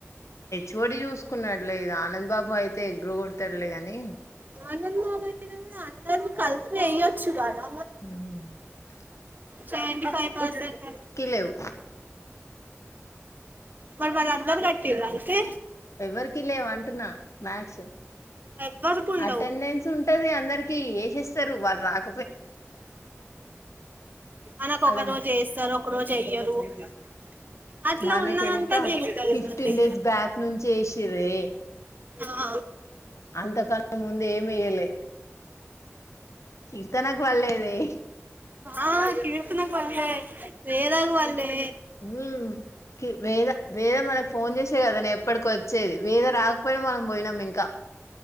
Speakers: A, on the left (about 80°); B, on the right (about 40°).
A: ఎవడు చూసుకున్నాడులే ఇది ఆనంద్ బాబు అయితే ఎగ్ రి కొడతాడులే గాని
B: ఆనంద బాబయినా కూడా అందరు కలిసి వెయ్యొచ్చు కదా
A: మ్
B: సెవెంటి ఫైవ్ పర్సంట్
A: లేవు
B: మరి వాళ్ళందరు కట్టీర్రా అయితే
A: ఎవరికి లేవ అంటున్నా మ్యాక్స్
B: ఎవ్వరికి ఉండవు
A: అటెండెన్స్ ఉంటది అందర్ ఏ సేస్తరు వాళ్ళు రాక
B: మనకు
A: అలా
B: ఒక రోజు ఏస్తారు ఒక రోజు ఎయ్యరు అ అట్లా
A: మనకెంత
B: ఉన్నదంతా జేగుత
A: ఫిఫ్టీన్
B: మనది
A: డేస్ బ్యాక్ నుంచి వేసిర్రే
B: ఆ
A: అంతకన్నా ముందే ఏమీయ్యలే కీర్తనకు పల్లేదే
B: ఆ కీర్తనకు పలే వేదాకు పల్లే
A: ఉమ్ వేద వేద మనకు ఫోన్ చేసే కదనే ఎప్పటికో వచ్చేది వేద రాకపోయినా మనం పోయినాం ఇంకా